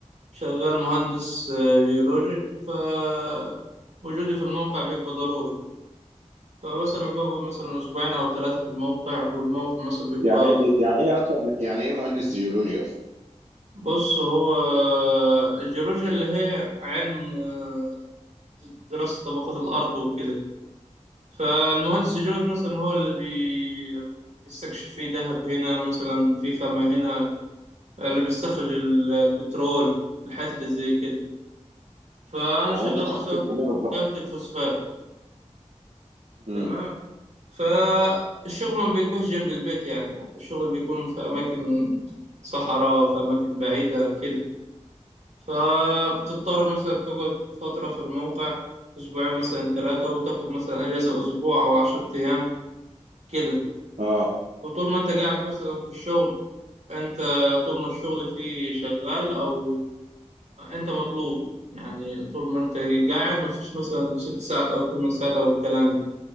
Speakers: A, on the right; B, on the right.
A: شغال مهندس آه، جيولوجي فوجودي في الموقع بيبقى ضروري فمثلا بقعد مثلا أسبوعين أو ثلاثة في الموقع والموقع مثلا بيبقى
B: يعني ايه يعني ايه اصلا يعني ايه مهندس جيولوجيا اصلا
A: بص هو الجيولوجيا اللي هي علم آه، دراسة طبقات الأرض وكده فالمهندس الجيولوجي مثلا هو اللي بي... بيستكشف فيه ذهب هنا مثلا في خامة هنا اللي بيستخرج ال- البترول الحاجات اللي زي كده فانا
B: آه،
A: شغال
B: وانتوا تخصصكم
A: مثلا
B: ايه بالظبط
A: في خامة الفوسفات
B: امم
A: تمام فالشغل ما بيبقاش جنب البيت يعني يعني الشغل بيكون في اماكن صحراء في اماكن بعيدة كده فبتضطر مثلا تقعد فترة في الموقع اسبوعين مثلا ثلاثة وتاخد مثلا اجازة اسبوع او عشر ايام كده
B: اه
A: وطول ما انت قاعد مثلا في الشغل انت طول ما الشغل فيه شغال او انت مطلوب يعني طول ما انت قاعد مفيش مثلا ست ساعات او ثمان ساعات او الكلام ده